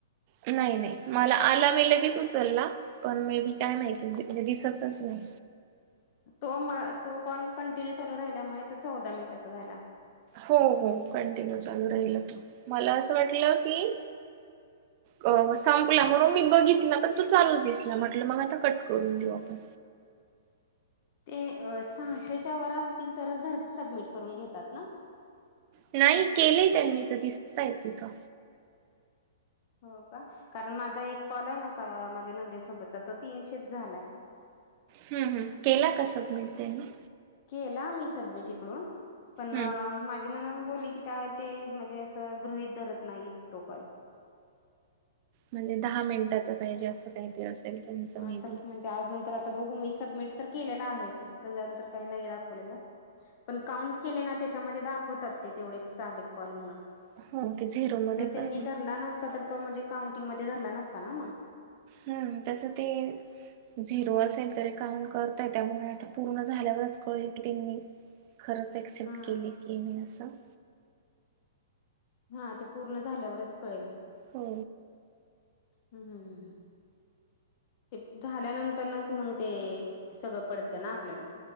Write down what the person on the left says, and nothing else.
तो मा तो कॉल कंटिन्यू चालू राहिल्यामुळे तो चौदा मिनिटाचा झाला.
<inaudible>
ते अ सहाशेच्या वर असतील. तरच धर सबमिट करून घेतात ना?
हो का. कारण माझा एक कॉल आहे ना का. माझ्या नंदे सोबतचा तो तीनशेच झालाय.
केला मी सबमिट इकडून. पण
माझ्या माझी नणंद बोली की त्या ते म्हणजे असं गृहित धरत नाही तो कॉल.
असं
म्हणजे अजून तर आता बघू मी सबमिट तर केलेलं आहे. तसं तेच्यानंतर काही नाही दाखवलेल. पण काउंट केले ना त्याच्यामध्ये दाखवतात ते तेवढे झालेत कॉल म्हणून,
जर त्यांनी
धरला नसता तर, तो म्हणजे काउंटिंग मध्ये धरला नसता ना मग?
हा
हा ते पूर्ण झाल्यावरच कळेल.
हम्म हम्म हम्म. ते झाल्या नंतरनच मग ते सगळं पडतं ना आपल्याला.